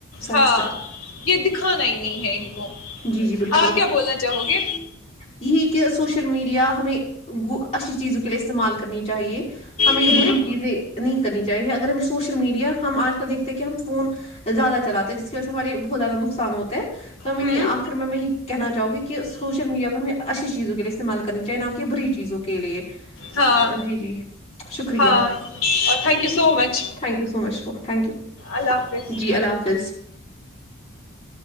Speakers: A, on the left (about 30°); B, on the left (about 80°).
A: سچ
B: ہاں
A: سچ
B: یہ دکھانا ہی نہیں ہے ان کو
A: جی جی بالکل
B: آپ کیا بولنا چاہو گے
A: یہی کہ سوشل میڈیا ہمیں گ اچھی چیزوں کے لیے استعمال کرتے کرنی چاہیے ہمیں
B: ہوں
A: بری چیزیں نہیں کرنی چاہیے اگر ہمیں سوشل میڈیا ہم آج کل دیکھتے ہیں کہ ہم فون زیادہ چلاتے ہیں جس کی وجہ سے ہمارے بہت زیادہ نقصان ہوتے ہیں توم ونیخر
B: ہوں
A: میں ہی کہنا چاہو گی کہ سوشل میڈیا کو ہمیں اچھی چیزوں کے لیے استعمال کرنی چاہیے نہ کہ بری چیزوں کے لیے
B: ہاں
A: آ، جی جی شکریہ
B: ہاں thank you so much
A: thank you so much thank you
B: اللہ حافظ
A: جی اللہ حافظ